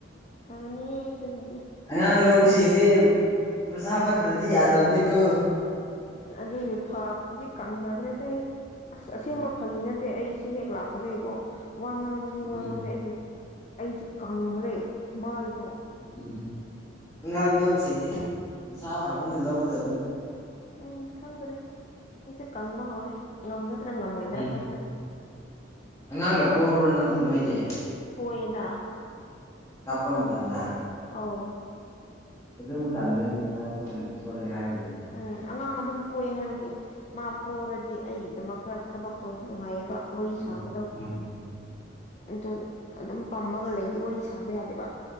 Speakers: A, on the left; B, on the left.
A: ꯀꯊ ꯃꯅꯤ ꯀꯕꯤ
B: ꯑꯉꯥꯡ ꯂꯧꯕꯁꯤꯡꯁꯦ ꯃꯁꯥ ꯐꯠꯇ꯭ꯔꯗꯤ ꯌꯥꯗꯕꯅꯤꯀꯣ
A: ꯑ ꯑꯗꯨꯗꯤ ꯐꯖꯤ ꯀꯪꯊꯈ꯭ꯔꯦꯗ ꯑꯩ ꯑꯁ
B: ꯎꯝ
A: ꯑꯁꯦꯡꯕ ꯐꯒꯤ ꯅꯠꯇꯦ ꯑꯩ ꯁꯤ ꯍꯦꯛ ꯂꯥꯛꯄꯗꯒꯤꯀꯣ ꯋꯥ ꯉꯥꯡꯕꯕꯁꯤꯦ
B: ꯎꯝ
A: ꯉꯥꯡꯕꯁꯦ ꯑꯩꯒꯤ ꯑꯩꯁꯦ ꯀꯪꯈ꯭ꯔꯦ ꯃꯥꯏꯗꯣ
B: ꯎꯝ ꯑꯉꯥꯡ ꯂꯧꯕꯁꯤꯡꯗꯤ ꯃꯁꯥ ꯐꯕꯅ ꯂꯧꯒꯗꯕꯅꯤ
A: ꯎꯝ ꯈꯪꯗ꯭ꯔꯦ ꯑꯩꯁꯦ ꯀꯪꯕ ꯍꯧꯔꯦ ꯉꯝꯒꯗ꯭ꯔꯥ ꯉꯝꯃꯣꯏꯗ꯭ꯔꯥ
B: ꯎꯝ
A: ꯈꯪꯗ꯭ꯔꯦ
B: ꯑꯉꯥꯡꯒ ꯄꯣꯛꯑꯕ꯭ꯔꯣ ꯅꯣꯏꯗꯤ
A: ꯄꯣꯏꯗꯥ
B: ꯀꯞꯄ ꯃꯇꯝꯗ
A: ꯑꯥꯎ
B: ꯑꯗꯨ ꯃꯇꯥꯟꯗꯨꯅꯤ ꯏꯁꯥ ꯁꯣꯜꯜꯂꯤ ꯍꯥꯏꯗꯨꯣ
A: ꯎꯝ ꯑꯉꯥꯡ ꯑꯗꯨꯝ ꯄꯣꯛꯌꯦ ꯍꯥꯏꯕꯗꯤ ꯃꯥ ꯄꯔꯗꯤ ꯑꯩ ꯑꯗꯨꯃꯛ ꯈꯔ ꯊꯕꯛꯇꯣ ꯅꯨꯡꯉꯥꯏꯌꯦꯕ ꯋꯥꯔꯤ
B: ꯎꯝ
A: ꯁꯥꯕꯗꯧ
B: ꯎꯝ
A: ꯑꯩꯇꯣ ꯑꯗꯨꯝ ꯄꯝꯃꯒ ꯂꯩꯗꯤ ꯋꯥꯔꯤ ꯁꯥꯕ ꯌꯥꯗꯦꯕ